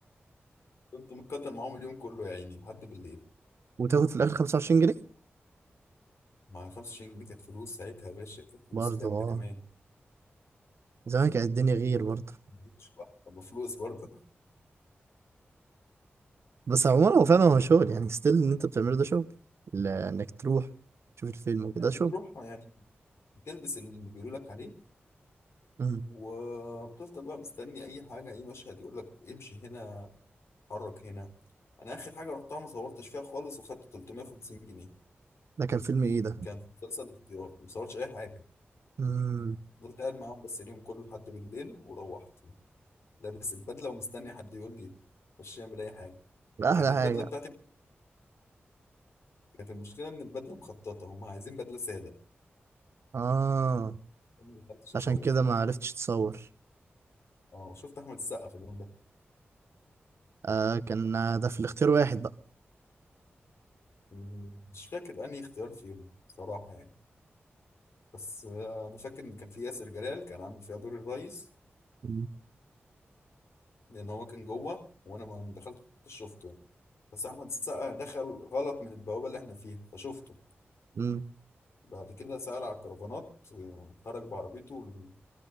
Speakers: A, on the left; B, on the right.
A: كنت متكتر معاهم اليوم كله يا عيني لحد بالليل
B: وتاخد في الاخر 25 جنيه
A: مع 25 جنيه كانت فلوس ساعتها يا باشا كانت فلوس
B: برضه
A: جامده
B: اه
A: كمان
B: زمان كانت الدنيا غير برضه
A: ما كنتش لوحدي، طب فلوس برضه
B: بس عموما هو فعلا هو شغل يعني ستيل ان انت بتعمله ده شغل ل- انك تروح تشوف الفيلم وكده
A: كانت
B: ده شغل
A: بتروح يعني بتلبس اللي بيقولوا لك عليه
B: مم.
A: وبتفضل بقى مستني اي حاجه اي مشهد يقول لك امشي هنا اتحرك هنا انا اخر حاجه رحتها ما صورتش فيها خالص وخدت 350 جنيه
B: ده كان فيلم ايه ده
A: كان في مسلسل الاختيار ما صورتش اي حاجه
B: امم
A: فضلت قاعد معاهم بس اليوم كله لحد بالليل وروحت لابس البدله ومستني حد يقول لي خش اعمل اي حاجه
B: ده
A: كانت
B: احلى
A: البدله
B: حاجه
A: بتاعتي كانت المشكله ان البدله مخططه هم عايزين بدله ساده
B: اه
A: أنا ما دخلتش
B: عشان
A: اصور
B: كده ما عرفتش تصور
A: اه شفت احمد السقا في اليوم ده
B: آه كان ده في الاختيار واحد بقى
A: مم، مش فاكر انهي اختيار فيهم صراحه يعني بس آه، انا فاكر ان كان في ياسر جلال كان عامل فيها دور الريس
B: مم.
A: لان هو كان جوه وانا ما ما دخلتش شفته يعني. بس احمد السقا دخل غلط من البوابه اللي احنا فيها فشفته
B: مم.
A: بعد كده سأل على الكرفانات آه، خرج بعربيته و-